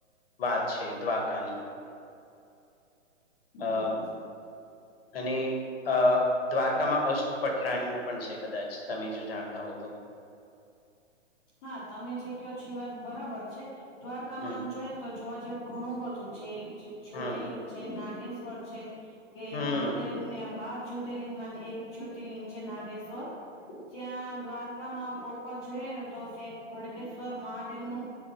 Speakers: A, on the left; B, on the left.
A: વાત છે દ્વારકાની. અ
B: હમ
A: અને અ દ્વારકામાં અષ્ટપટરાણીઓ પણ છે કદાચ તમે જો જાણતા હોવ તો.
B: હા તમે જે કયો છો એ વાત બરાબર છે, દ્વારકામાં
A: હમ
B: આમ જોઈ નેતો જોવા જેવું ઘણું બધું છે જ્યોતિર્લિંગ
A: હમ
B: છે નાગેશ્વર છે. કે
A: હમ
B: મહાદેવને બાર જ્યોતિર્લિંગમાં એક જ્યોતિર્લિંગ છે નાગેશ્વર. ત્યાં દ્વારકામાં પ્રોપરે જોઈએ ને. તો ત્યાં ભડકેશ્વર મહાદેવનું,